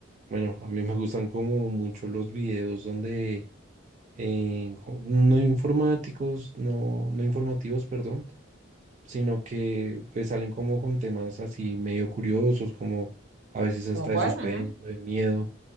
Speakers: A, on the right; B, on the right.
A: bueno, a mí me gustan como mucho los videos donde eh, co- no informáticos, no, no informativos, perdón, sino que pues salen como con temas así medio curiosos, como a veces hasta
B: ¿como cuál?
A: de suspenso,
B: Ajá.
A: de miedo